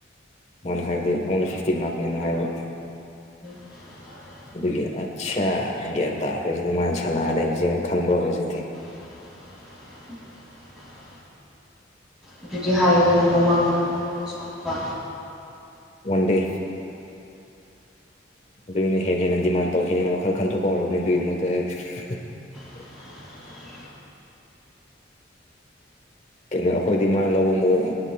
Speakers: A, on the left; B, in the centre.
A: ꯃꯥꯅ ꯍꯥꯏꯕꯗꯤ ꯑꯣꯡꯂꯤ ꯐꯤꯐꯇꯤꯟ ꯂꯥꯛꯅꯦꯅ ꯍꯥꯏꯕ
B: <inaudible>
A: ꯑꯗꯨꯒꯤ ꯑꯠꯁꯥ ꯒ꯭ꯌꯥꯟ ꯇꯥꯈ꯭ꯔꯦ ꯃꯥꯅ ꯁꯥꯟꯅꯔ ꯂꯩꯕꯖꯦ ꯈꯪꯕ ꯍꯧꯖꯤꯛꯊꯤ
B: <inaudible> ꯑꯗꯨꯗꯤ ꯍꯥꯏꯌꯨꯗꯅ ꯃꯃꯥꯡꯗ ꯃꯉꯣꯟꯗꯁꯨ ꯑꯃꯨꯛꯀ
A: ꯋꯥꯟ ꯗꯦ ꯑꯗꯨꯏꯅꯦ ꯍꯦꯟꯅ ꯍꯦꯟꯅ ꯗꯤꯃꯥꯟ ꯇꯧꯒꯦꯅ ꯋꯥꯈꯜ ꯈꯟꯗꯣꯛꯄ ꯍꯧꯔꯛꯂꯤꯗꯨꯒꯤꯗꯃꯛꯇ <unintelligible>
B: <inaudible>
A: ꯀꯩꯅꯣ ꯑꯈꯣꯏꯗꯤ ꯃꯥꯅ ꯂꯧꯕ ꯃꯑꯣꯡ